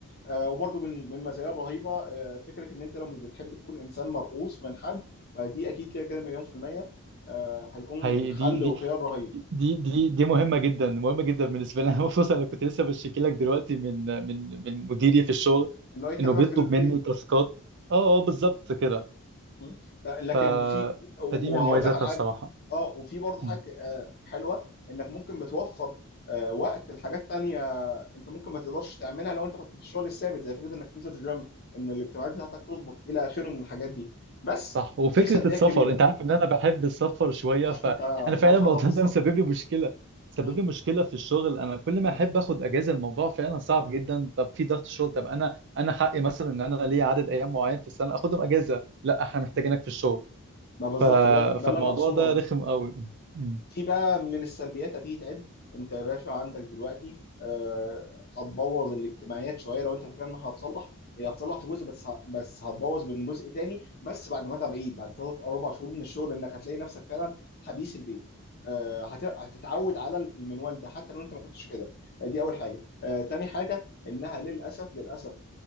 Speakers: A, on the left; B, on the right.
A: آه، وبرضو من من المزايا الرهيبه آه، فكره ان انت لو مش بتحب تكون انسان مرؤوس من حد فدي اكيد كده كده مليون في الميه آه، هيكون
B: هي
A: حل
B: دي دي
A: وخيار رهيب
B: دي دي دي مهمة جدا مهمة جدا بالنسبة لي <laughs> أنا خصوصا أنا كنت لسه بشتكي لك دلوقتي من من من مديري في الشغل
A: ان هو يكلمك
B: إنه بيطلب
A: في البيت
B: مني تاسكات أه أه بالظبط كده
A: مم. ط- لكن
B: ف
A: في وهقول
B: فدي من مميزاتها
A: لك على حاجه
B: الصراحة
A: اه وفي برضه
B: مم.
A: حاجه آه، حلوه انك ممكن بتوفر آه، وقت لحاجات تانية انت ممكن ما تقدرش تعملها لو انت كنت في الشغل الثابت زي فكره انك تنزل جيم ان الاجتماعات بتاعتك تظبط الى اخره من الحاجات دي بس
B: صح وفكرة
A: في سلبيات
B: السفر
A: كبيره
B: أنت عارف إن أنا بحب السفر شوية
A: اه
B: فأنا
A: انت
B: فعلا
A: ما شاء
B: الموضوع
A: الله في السفر
B: ده مسبب لي مشكلة مسبب
A: مم.
B: لي مشكلة في الشغل أنا كل ما
A: مم.
B: أحب آخد أجازة الموضوع فعلا صعب جدا طب في ضغط شغل طب أنا أنا حقي مثلا إن أنا ليا عدد أيام معين في السنة آخدهم أجازة لا إحنا
A: أيوة.
B: محتاجينك في الشغل
A: ما بالظبط
B: ف...
A: ده ده
B: فالموضوع
A: اللي انا اقصده
B: ده
A: عموما
B: رخم قوي مم.
A: في بقى من السلبيات هتيجي تعد انت يا باشا عندك دلوقتي آه، هتبوظ الاجتماعيات شويه لو انت فاكر انها هتصلح هي هتصلح في جزء بس ه- بس هتبوظ من جزء تاني بس بعد ما تبعيد بعد ثلاث او اربع شهور من الشغل انك هتلاقي نفسك فعلا حبيس البيت آه، هت- هتتعود على المنوال ده حتى لو انت ما كنتش كده آه، دي اول حاجه آه، تاني حاجه انها للاسف للاسف